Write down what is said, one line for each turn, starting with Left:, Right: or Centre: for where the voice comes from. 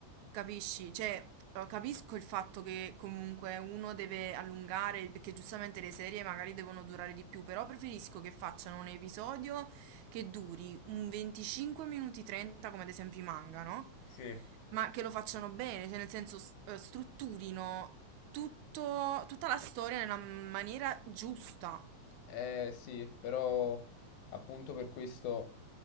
Right: Capisci? Cioè, eh, capisco il fatto che comunque uno deve allungare, perché giustamente le serie magari devono durare di più, però preferisco che facciano un episodio che duri un 25 minuti 30, come ad esempio i manga, no?
Left: sì.
Right: Ma che lo facciano bene, cioè nel senso s- eh, strutturino tutto- tutta la storia nella maniera giusta.
Left: Eh sì, però appunto per questo